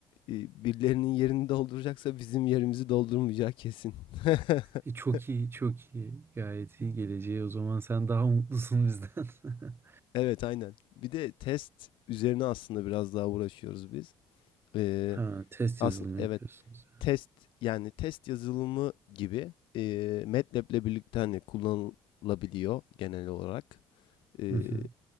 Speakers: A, on the left; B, on the right.
A: eee, birilerinin yerini dolduracaksa bizim yerimizi doldurmayacağı kesin. <laughs>
B: E, çok iyi çok iyi gayet iyi geleceği o zaman sen daha mutlusun bizden. <laughs>
A: Evet, aynen. Bir de test üzerine aslında biraz daha uğraşıyoruz biz. Eee,
B: Ha, test
A: aslında
B: yazılımı
A: evet,
B: yapıyorsunuz.
A: test yani test yazılımı gibi eee MATLAB'le birlikte hani kullanılabiliyor genel olarak. Eee
B: yani. Hı hı.